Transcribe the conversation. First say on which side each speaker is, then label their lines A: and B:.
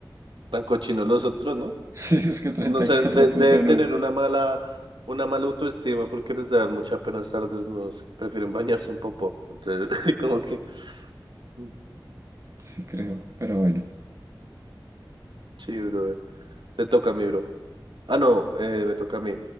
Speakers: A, on the right; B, on the right.
A: Tan cochinos los otros, ¿no?
B: <laughs> Sí, es que treinta
A: No sé,
B: y cuatro
A: de-
B: punto
A: deben
B: nueve.
A: tener una mala, una mala autoestima porque les da mucha pena estar desnudos. Prefieren bañarse en popó. Entonces, <laughs> como que, mm,
B: Sí, creo. Pero bueno.
A: sí, brother. Te toca a mí, bro. Ah, no, eh, me toca a mí.